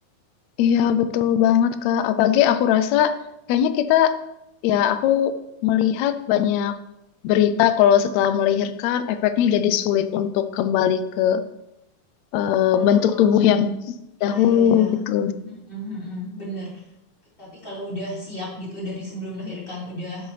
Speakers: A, on the left; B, on the left.
A: Iya, betul banget, Kak. Apalagi aku rasa kayaknya kita, ya aku melihat banyak berita kalau setelah melahirkan efeknya jadi sulit untuk kembali ke eh,
B: Oh,
A: bentuk tubuh yang dahulu
B: ya ya ya.
A: gitu.
B: Mhm, mhm, bener. Tapi kalau udah siap gitu dari sebelum melahirkan udah